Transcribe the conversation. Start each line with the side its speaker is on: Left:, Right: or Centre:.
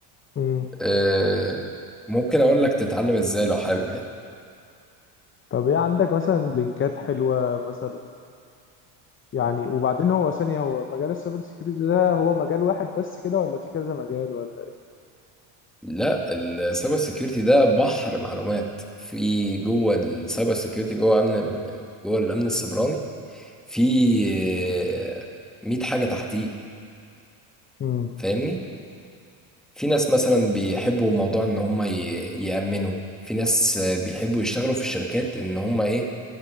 Left: امم
Centre: آه، ممكن اقول لك تتعلم ازاي لو حابب يعني
Left: طب ايه عندك مثلا لينكات حلوه مثلا يعني وبعدين هو ثانيه هو مجال السايبر سيكيورتي ده هو مجال واحد بس كده ولا في كذا مجال ولا
Centre: لا السايبر سيكيورتي ده بحر معلومات في جوه السايبر سيكيورتي جوه امن ال- جوه الامن السيبراني في آه، 100 حاجه تحتيه
Left: ايه
Centre: فاهمني في ناس مثلا بيحبوا موضوع ان هم ي- يأمنوا في ناس آه، بيحبوا يشتغلوا في الشركات ان هم ايه